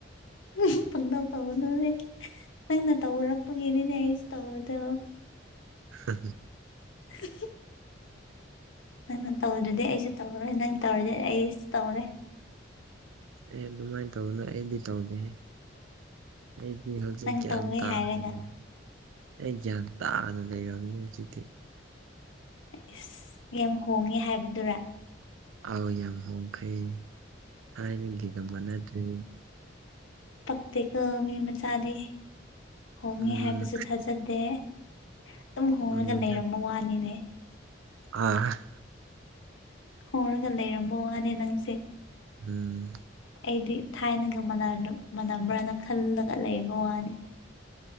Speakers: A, on the left (about 80°); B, on the right (about 80°).
A: ꯎ ꯐꯪ ꯇꯝꯅꯔꯅꯦ ꯅꯪꯅ ꯇꯧꯔꯛꯄꯒꯤꯗꯤꯅꯦ ꯑꯩꯁꯨ ꯇꯧꯗ
B: ꯍ
A: <unintelligible> ꯅꯪꯅ ꯇꯧꯗ꯭ꯔꯗꯤ ꯑꯩꯁꯨ ꯇꯧꯔꯣꯏ ꯅꯪ ꯇꯧꯔꯗꯤ ꯑꯩꯁꯨ ꯇꯧꯔꯦ
B: ꯑꯦ ꯑꯗꯨꯃꯥꯏꯅ ꯇꯧꯅ ꯑꯩꯗꯤ ꯇꯧꯗꯦ ꯑꯩꯗꯤ ꯍꯧꯖꯤꯛ
A: ꯅꯪ
B: ꯒ꯭ꯌꯥꯟ
A: ꯇꯧꯋꯦ
B: ꯇꯥꯔꯅꯤ
A: ꯍꯥꯏꯔꯒ
B: ꯑꯩ ꯭ꯌꯥꯟ ꯇꯥꯅ ꯂꯩꯔꯕꯝꯅꯤ ꯍꯧꯖꯤꯛꯇꯗꯤꯤ
A: ꯑꯁ ꯌꯥꯝ ꯍꯣꯡꯉꯦ ꯍꯥꯏꯕꯗꯨꯔ
B: ꯑꯥꯎ ꯌꯥꯝ ꯍꯣꯡꯈ꯭ꯔꯦ ꯊꯥꯏꯅꯒꯤꯒ ꯃꯥꯟꯅꯗ꯭ꯔꯦ
A: ꯄꯛꯇꯦꯛꯀ ꯃꯤ ꯃꯆꯥꯗꯤ ꯍꯣꯡꯉꯦ
B: ꯎꯝ
A: ꯍꯥꯏꯕꯁꯨ ꯊꯥꯖꯗꯦ ꯑꯗꯨꯝ ꯍꯣꯡꯂꯒ
B: ꯎꯝ
A: ꯂꯩꯔꯝꯕ ꯋꯥꯅꯤꯅꯦ
B: ꯑ
A: ꯍꯔꯒ ꯂꯩꯔꯝꯃꯣ ꯋꯥꯅꯦ ꯅꯪꯁꯦ
B: ꯎꯝ
A: ꯑꯩꯗꯤ ꯊꯥꯏꯅꯒ ꯃꯥꯟꯅꯕ꯭ꯔꯥꯅ ꯈꯜꯂꯒ ꯂꯩꯕ ꯋꯥꯅꯤ